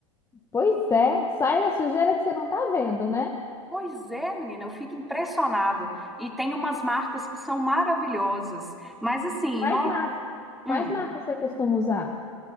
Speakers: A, on the left; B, in the centre.
A: Pois é, sai da sujeira que você não tá vendo, né?
B: Pois é, menina, eu fico impressionada. E tem umas marcas que são maravilhosas. Mas assim,
A: Quais
B: nós,
A: marcas,
B: hum,
A: quais marcas você costuma usar?